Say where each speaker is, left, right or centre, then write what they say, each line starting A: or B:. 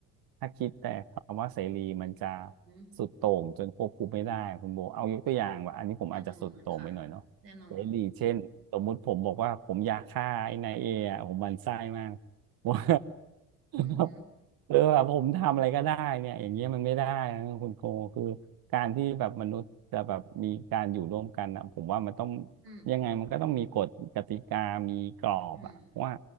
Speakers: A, on the right (about 45°); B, on the right (about 85°).
A: ถ้าคิดแต่คำว่าเสรีมันจะ
B: ฮึ
A: สุดโต่งจนควบคุมไม่ได้คุณโบเอายกตัวอย่างว่าอันนี้ผมอาจจะสุดโต่งไปหน่อยเนาะ
B: แน่นอนค่ะแน่นอน
A: เสรีเช่นสมมุติผมบอกว่าผมอยากฆ่าไอ้นายเออะผมหมันไส้มาก <laughs> ว่า
B: อืมอื
A: แบบเออแบบผมทำอะไรก็ได้เนี่ยอย่างเงี้ยมันไม่ได้นะคุณโกคือการที่แบบมนุษย์จะแบบมีการอยู่ร่วมกันนะผมว่ามันต้อง
B: ม
A: ยังไงมันก็ต้องมีกฎกติกามีกรอบอะเพราะว่า
B: อืม